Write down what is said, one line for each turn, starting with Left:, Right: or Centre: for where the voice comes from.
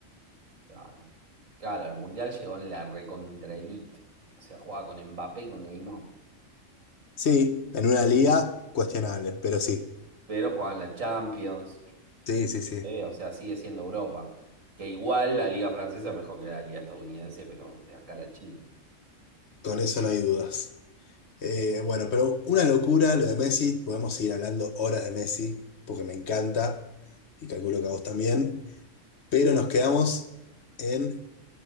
Right: Claro. Claro, al Mundial llegó en la recontra elite. O sea, jugaba con Mbappé y con Neymar.
Left: Sí, en una liga cuestionable, pero sí.
Right: Pero jugaba en la Champions.
Left: Sí, sí, sí.
Right: ¿eh? O sea, sigue siendo Europa. Que igual la liga francesa es mejor que la liga estadounidense, pero de acá a la China.
Left: Con eso no hay dudas. Eh, bueno, pero una locura lo de Messi. Podemos seguir hablando horas de Messi, porque me encanta y calculo que a vos también. Pero nos quedamos en